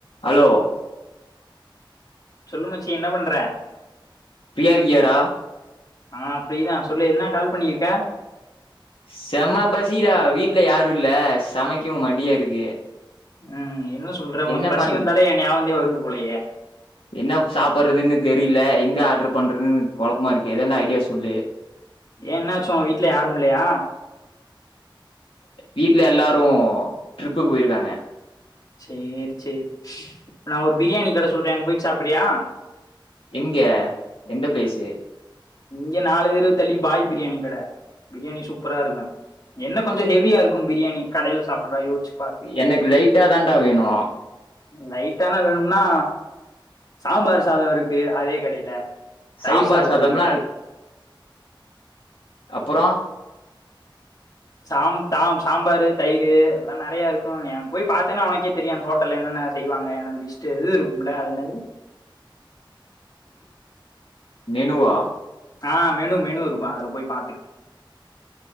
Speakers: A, on the left; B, on the left.
A: Hello
B: சொல்லுமச்சி என்ன பண்ற
A: ஃப்ரீயா இருக்கியாடா
B: ஆ ஃப்ரீதா சொல்லு என்ன கால் பண்ணியிருக்க
A: செம்மா பசி டா வீட்டுல யாரு இல்ல சமைக்கவு மட்டியா இருக்கு
B: ம் என்ன சொல்ற உனக்கு
A: என்ன
B: பசி
A: பண்
B: வந்தாலே என் ஞாபகந்தே வருது போலையே
A: என்ன சாப்புடுறதுன்னு தெரியல எங்க ஆர்டரு பண்றதுன்னு குழப்பமா இருக்கு ஏதந்த ஐடியா சொல்லு
B: ஏன் என்னாச்சும் உங்க வீட்ல யாரும் இல்லயா
A: வீட்ல எல்லாரும் ட்ரிப்பு போயிருக்காங்க
B: செரி செரி நான் ஒரு பிரியாணி கடை சொல்றேன் அங்க போயி சாப்புறியா
A: எங்க எந்த பிளேஸு
B: இங்க நாலு தெரு தள்ளி பாய் பிரியாணி கட பிரியாணி சூப்பரா இருக்கு என்ன கொஞ்சோ ஹவியா இருக்கு பிரியாணி கடையில சாப்புடுறா யோச்சு
A: எனக்கு லைட்டா தான்டா வேணு
B: லைட்டானா வேணும்னா சாம்பார் சாதம் இருக்கு அதே கடையில
A: சாம்பார்
B: தயிர் சாதம்
A: சாதம்லா
B: இருக்கு
A: அப்பறோ
B: சாம் தாம் சாம்பாரு தயிர் எல்லா நிறைய இருக்கும் நீ அங்க போய் பாத்தேன்னா உனக்கே தெரியு அந்த ஹோட்டல்ல என்னன்ன செய்வாங்க என்ன லிஸ்ட்டு இதுவு இருக்கும்ல அது என்னாது
A: மெனுவா
B: ஆ மெனு மெனு இருக்கு அதுல போய் பாத்துக்க